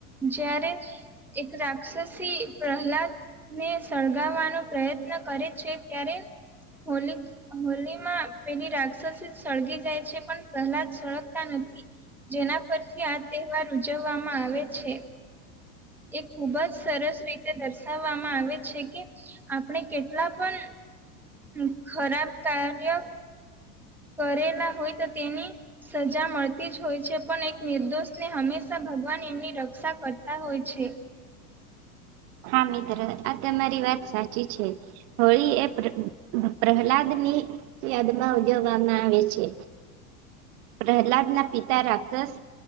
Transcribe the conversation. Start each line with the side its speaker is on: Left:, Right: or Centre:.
Centre: જ્યારે એક રાક્ષસી પ્રહલાદ ને સળગાવવાનો પ્રયત્ન કરે છે ત્યારે હોલી હોલી માં પેલી રાક્ષસી સળગી જાય છે પણ પહેલા જ સળગતા નથી જેના પરથી આ તહેવાર ઉજવવામાં આવે છે એ ખુબ જ સરસ રીતે દર્શાવવામાં આવે છે કે આપણે કેટલા પણ ખરાબ કાર્ય કરેલા હોય તો તેની સજા મળતી જ હોય છે પણ એક નિર્દોષને હંમેશા ભગવાન એમની રક્ષા કરતા હોય છે
Right: હા મિત્ર આ તમારી વાત સાચી છે હોળી એપ્ર પ્રહલાદ ની યાદમાં ઉજવવામાં આવે છે પ્રહલાદ ના પિતા રાક્ષસ